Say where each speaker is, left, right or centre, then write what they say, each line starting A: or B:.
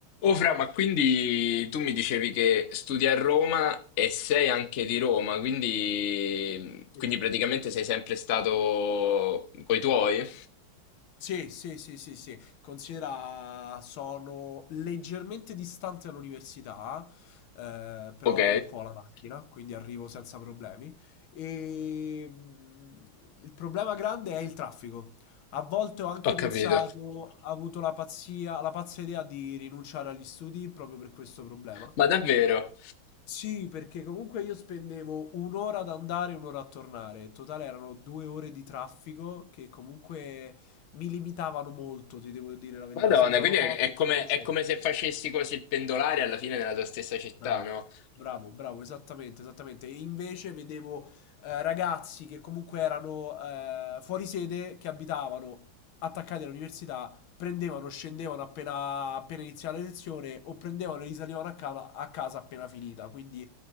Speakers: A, on the left; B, on the left.
A: Oh Fra, ma quindi tu mi dicevi che studi a Roma e sei anche di Roma, quindi,
B: Sì.
A: quindi praticamente sei sempre stato coi tuoi?
B: Sì, sì, sì, sì, sì. Considera sono leggermente distante all'università, eh, però
A: Ok,
B: comunque ho la macchina, quindi arrivo senza problemi. E mh, il problema grande è il traffico. A volte ho anche
A: ho
B: pensato,
A: capito.
B: ho avuto la pazzia, la pazza idea di rinunciare agli studi proprio per questo problema.
A: Ma davvero?
B: Sì, perché comunque io spendevo un'ora ad andare e un'ora a tornare. In totale erano due ore di traffico che comunque mi limitavano molto, ti devo dire la verità.
A: Madonna,
B: Sembrano
A: quindi
B: poche,
A: è, è come,
B: ma invece...
A: è come se facessi quasi il pendolare alla fine nella tua stessa città,
B: Bravo,
A: no?
B: bravo, bravo, esattamente, esattamente. E invece vedevo eh, ragazzi che comunque erano eh, fuori sede, che abitavano attaccati all'università, prendevano, scendevano appena, appena iniziava la lezione o prendevano e risalivano a casa, a casa appena finita. Quindi